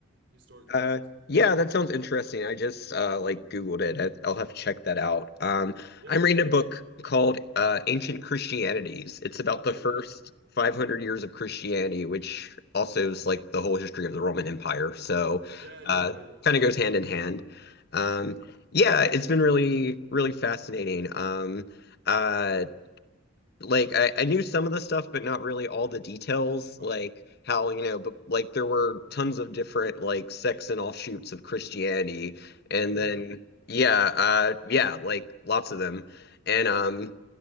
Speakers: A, on the right (about 60°); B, on the left (about 50°).
A: historically
B: Uh,
A: wise?
B: yeah, that sounds interesting. I just uh, like Googled it. I, I'll have to check that out. Um,
A: Yeah,
B: I'm
A: yeah,
B: reading
A: definitely.
B: a book called uh, Ancient Christianities. It's about the
A: Oh,
B: first
A: okay.
B: 500 years of Christianity, which also is like the whole history of the Roman Empire. So,
A: Yeah, yeah,
B: uh,
A: yeah, yeah.
B: kind of goes hand in hand. Um, yeah, it's been really, really fascinating. Um, uh, like I, I knew some of the stuff, but not really all the details,
A: Right.
B: like how, you know, but like there were tons of different like sects and offshoots of Christianity. And
A: Oh, really?
B: then yeah, uh yeah, like lots of them. And um